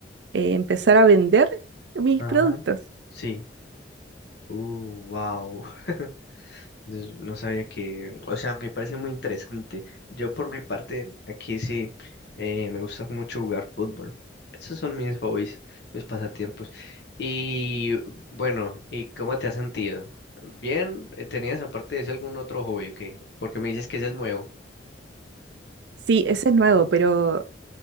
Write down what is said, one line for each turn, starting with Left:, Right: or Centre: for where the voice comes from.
Right: eh, empezar a vender mis
Left: Ajá.
Right: productos.
Left: Sí. Uh, wow. <laughs> Entonces, No sabía que, o sea, me parece muy interesante. Yo por mi parte, aquí sí, eh, me gusta mucho jugar fútbol. Esos son mis hobbies, mis pasatiempos. Y bueno, ¿y cómo te has sentido? Bien, Eh, ¿tenías aparte de ese algún otro hobby o qué? Porque me dices que ese es nuevo.
Right: Sí, ese es nuevo, pero